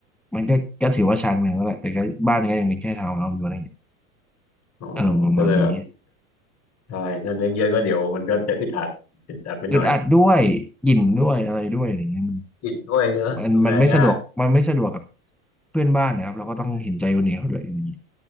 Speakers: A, in the centre; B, on the left.
A: มันก็ก็ถือว่าชานเมืองแล้วแหละแต่ก็บ้านก็ยังเป็นแค่ทาวน์เฮาส์อยู่อะไรอย่างเงี้ย
B: อ๋อ
A: อารมณ์ประมาณนี้
B: ก็เลยแบบใช่ถ้าเลี้ยงเยอะก็เดี๋ยวมันก็จะอึดอัดอึดอัดไปหน่อย
A: อึดอัดด้วยกลิ่นด้วยอะไรด้วยอย่างเงี้ย
B: กินด้วยเนอะดูแลยาก
A: มันมันมันไม่สะดวกมันไม่สะดวกกับเพื่อนบ้านนะครับเราก็ต้องเห็นใจคนอื่นี้เขาด้วยอย่างเงี้ย